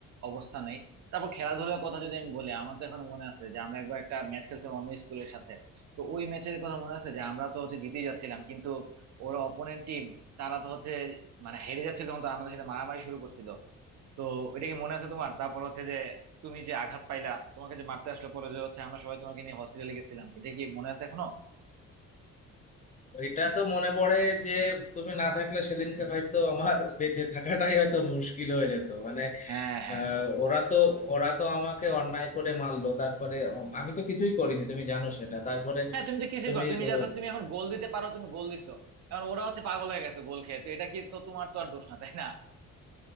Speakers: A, on the right; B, on the left.
A: অবস্থা নেই তারপর খেলাধুলার কথা যদি আমি বলি আমার তো এখনো মনে আছে যে আমরা একবার একটা ম্যাচ খেলছিলাম অন্য স্কুলের সাথে তো ওই ম্যাচের কথা মনে আছে যে আমরা তো হচ্ছে জিতেই যাচ্ছিলাম কিন্তু ওরা অপোনেন্ট টিম তারা তো হচ্ছে মানে হেরে যাচ্ছে যখন তারা আমাদের সাথে মারামারি শুরু করছিল তো এটা কি মনে আছে তোমার তারপর হচ্ছে যে তুমি যে আঘাত পাইলা তোমাকে যে মারতে আসলো পরে যে হচ্ছে আমরা সবাই তোমাকে নিয়ে হসপিটালে গেছিলাম এটা কি মনে আছে এখনো
B: এটা তো মনে পড়ে যে তুমি না থাকলে সেদিনকে হয়তো আমার বেঁচে থাকাটাই হয়তো মুশকিল হয়ে যেত মানে
A: হ্যাঁ হ্যাঁ
B: আহ, ওরা তো ওরা তো আমাকে অন্যায় করে মারলো তারপরে উম, আমি তো কিছুই করিনি তুমি জানো সেটা তারপরে
A: হ্যাঁ তুমি তো কিছুই
B: তুমি
A: করো না। তুমি
B: তো
A: জাস্ট তুমি এখন গোল দিতে পারো তুমি গোল দিছো এখন ওরা হচ্ছে পাগল হয়ে গেছে গোল খেয়ে তো এটা কি তো তোমার তো আর দোষ না তাই না